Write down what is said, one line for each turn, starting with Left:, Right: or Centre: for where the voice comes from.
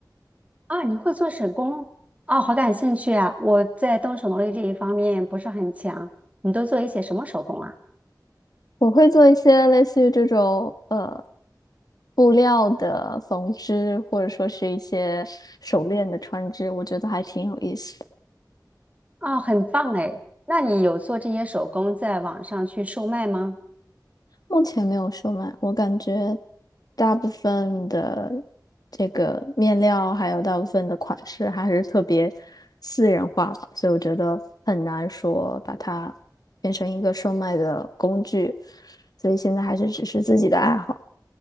Right: 啊，你会做手工？哦，好感兴趣啊！我在动手能力这一方面不是很强。你都做一些什么手工啊？
Left: 我会做一些类似于这种呃布料的缝制，或者说是一些手链的穿织，我觉得还挺有意思的。
Right: 哦，很棒哎。那你有做这些手工在网上去售卖吗？
Left: 目前没有售卖，我感觉大部分的这个面料，还有大部分的款式还是特别私人化吧，所以我觉得很难说把它变成一个售卖的工具，所以现在还是只是自己的爱好。